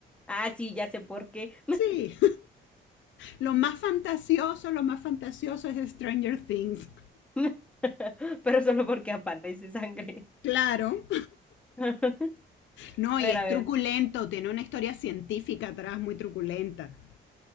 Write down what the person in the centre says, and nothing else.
Ah, sí, ya sé por qué.
<laughs> Pero solo porque aparece sangre.
<laughs> A
ver,
a ver.